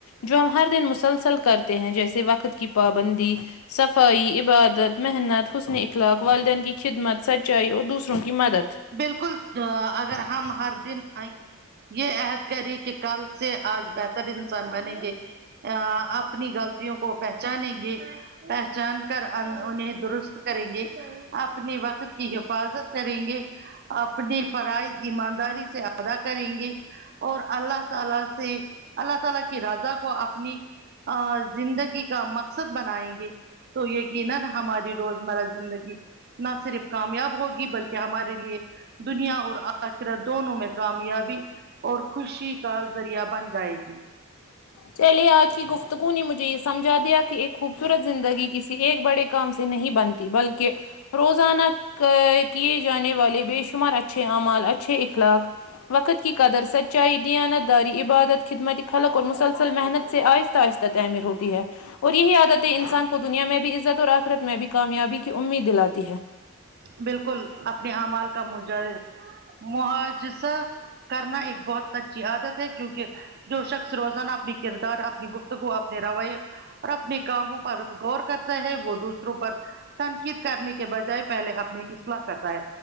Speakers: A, on the left; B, on the right.
A: جو ہم ہر دن مسلسل کرتے ہیں جیسے وقت کی پابندی صفائی عبادت محنت حسن اخلاق والدین کی خدمت سچائی اور دوسروں کی مدد
B: بالکل اگر ہم ہر دن آئیں یہ عہد کریں کہ کل سے آج بہتر انسان بنیں گے ا اپنی غلطیوں کو پہچانیں گے پہ چان کر انہیں درست کریں گے اپنے وقت کی حفاظت کریں گے اپنی فرائض ایمانداری سے ادا کریں گے اور اللہ تعالی سے اللہ تعالی کی رضا کو اپنی اور زندگی کا مقصد بنائیں گے تو یقینا ہماری روزمرہ زندگی نہ صرف کامیاب ہوگی بلکہ ہماریے کےلیے دنیا اور آخرہ دونوں میں کامیابی اور خوشی کا ذریعہ بن جائے گی
A: چلے آج کی گفتگو نے مجھے یہ سمجھا دیا کہ ایک خوبصورت زندگی کسی ایک بڑے کام سے نہیں بنتی بلکہ روزانہ کیے جانے والے بے شمار اچھے اعمال اچھے اخلاق وقت کی قدر سچائی دیانت داری عبادت خدمتی خلق اور مسس سل محنت سے آہستہ آہستہ تعمیر ہوتی ہے اور یہی عادتیں انسان کو دنیا میں بھی عزت اور آخرت میں بھی کامیابی کی امید دلاتی ہے
B: بالکل اپنے اعمال کا مج محاجسہ کرنا ایک بہت اچھی عادت ہے کیونکہ جو شخص روزانہ اپنی کردار اپنی گفتگو اپنے رویے اور اپنے کاموں پر غور کرتا ہے وہ دوسروں پر تنقید کرنے کے بجائے پہلے اپنی اصلاح کرتا ہے